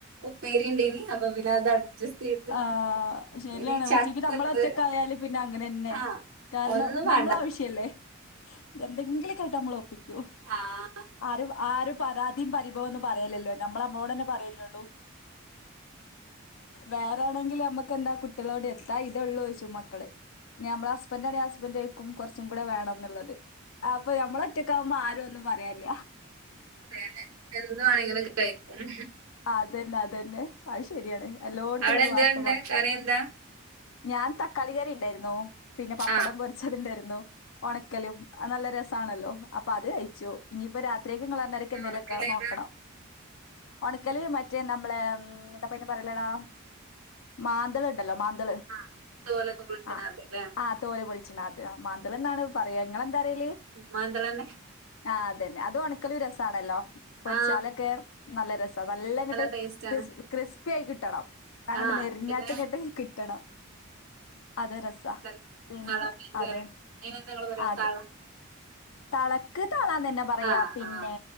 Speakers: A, on the right (about 75°); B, on the left (about 70°).
A: ഉപ്പേരി ഉണ്ടേനി അപ്പൊ പിന്നത് അഡ്ജസ്റ്റ് ചെയ്ത്
B: ആഹ് ശരിയാണ്
A: ഇനി ചക്കണ്ട്
B: ഉച്ചക്ക് നമ്മള് ഒറ്റക്കായാൽ പിന്നെ അങ്ങനെതന്നെ
A: ആഹ്
B: കാരണം
A: ഒന്നും വേണ്ട
B: നമ്മള് ആവശ്യല്ലേ? എന്തെങ്കിലുമൊക്കെയായിട്ട് നമ്മൾ ഒപ്പിക്കും
A: ആഹ്
B: ആരും ആരും പരാതിയും പരിഭവോം പറയില്ലല്ലോ നമ്മള് നമ്മളോട് തന്നെ പറയല്ലേയുള്ളൂ വേറെ ആണെങ്കിലും നമ്മൾക്കെന്താ കുട്ടികളോട് എന്താ ഇതേ ഉള്ളൂന്ന് ചോദിച്ചു മക്കള് ഞമ്മളെ ഹസ്ബൻഡ് ആണെ ഹസ്ബൻഡ് ചോദിക്കും കുറച്ചും കൂടെ വേണം എന്നുള്ളത്
A: ആഹ്
B: അപ്പൊ ഞമ്മള് ഒറ്റക്ക് ആവുമ്പോ ആരും ഒന്നും പറയാനില്ല
A: അതേ അതേ എന്ത് വേണെങ്കിലും കഴിക്കാം
B: ആഹ് അത് തന്നെ അത് തന്നെ അത് ശരിയാണ് എല്ലായിടത്തുമുള്ളോരു
A: അവിടെ എന്താ
B: വാസ്തവമാണ്
A: ഉണ്ട് കറി എന്താ
B: ഞാൻ തക്കാളി കറി ഉണ്ടായിരുന്നു പിന്നെ പപ്പടം
A: ആ
B: പൊരിച്ചത് ഉണ്ടായിരുന്നു ഉണക്കലും അത് നല്ല രസമാണല്ലോ അപ്പൊ അത് കഴിച്ചു ഇനിയിപ്പം രാത്രിയിലേയ്ക്ക് ഇള്ള് എന്തേലുമൊക്കെ
A: ഉണക്കലേതാ
B: നോക്കണം ഒണക്കല് മറ്റേ നമ്മള് എന്തായിപ്പം അതിന് പറയുന്നെ ങ്ങളോ മാന്തള് ഉണ്ടല്ലോ മാന്തള്.
A: ആ തോലൊക്കെ വിളിക്കണ
B: ആഹ്
A: അതല്ലേ
B: ആഹ് തോല് പൊളിച്ചുള്ളെ അത് മാന്തള് എന്നാണ്. പറയാ നിങ്ങൾ എന്താ പറയല്.
A: മാന്തള് തന്നെ
B: ആഹ് അത് തന്നെ അത് ഒണക്കല് രസമാണല്ലോ പൊരിച്ചാലൊക്കെ.
A: ആ
B: നല്ല രസാ നല്ല അങ്ങോട്ട്
A: ടേസ്റ്റ്
B: ക്രിസ്
A: ആണ്
B: ക്രിസ് കിട്ടണം അങ്ങനെ
A: ആ
B: ഞെരിഞ്ഞത്
A: പിന്നെ
B: അങ്ങോട്ട് കിട്ടണം. അത് ഒര് രസ
A: ഉണ്ടല്ലോ,
B: പിന്നെ
A: താള മീൻ
B: അതെ
A: കറി അതിനെന്താ നിങ്ങള് പറയാ
B: അതെ
A: താള
B: തളക്ക് തളന്ന് തന്നെ പറയാ
A: ആ
B: പിന്നെ
A: ആ